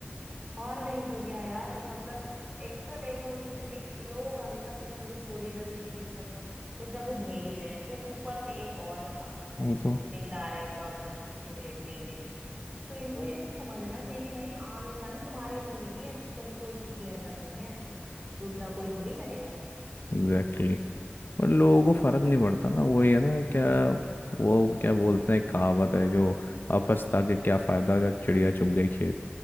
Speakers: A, on the right (about 25°); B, on the left (about 55°).
A: और नहीं तो क्या यार मतलब एक तो देखोगी तो एक लोग हमेशा कुछ ना कुछ छोटी ना छोटी दिक्कत से कुछ ना कुछ झेल ही रहे हैं तुम ऊपर से एक और अब
B: वही तो
A: खुद से ही ला रहे हो प्रॉब्लम सिगरेट पी के तो इनको ये सब समझना चाहिए भाई आम इंसान है तुम्हारी जिंदगी है तुमको इसकी केयर करनी है दूसरा कोई थोड़ी करेगा
B: Exactly exactly. पर लोगों को फर्क नहीं पड़ता ना वही है ना क्या वो क्या बोलते हैं कहावत है जो अफसता के क्या फायदा जब चिड़िया चुग गई खेत